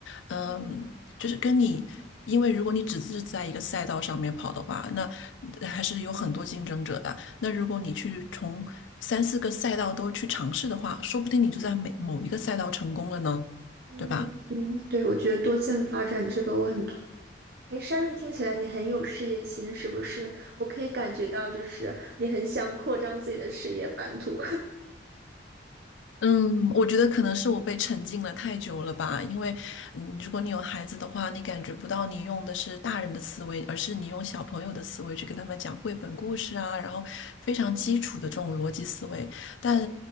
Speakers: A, on the left; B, on the right.
A: 嗯，
B: 嗯
A: 就是跟你，因为如果你只是在一个赛道上面跑的话，那还是有很多竞争者的。那如果你去从三四个赛道都去尝试的话，说不定你就在每某一个赛道成功了呢，
B: 嗯嗯，
A: 对吧？
B: 对，我觉得多线发展这个我很同意。哎 s h 听起来你很有事业心，是不是？我可以感觉到，就是你很想扩张自己的事业版图。
A: 嗯，我觉得可能是我被沉浸了太久了吧，因为，嗯，如果你有孩子的话，你感觉不到你用的是大人的思维，而是你用小朋友的思维去跟他们讲绘本故事啊，然后非常基础的这种逻辑思维，
B: <laughs> 嗯
A: 但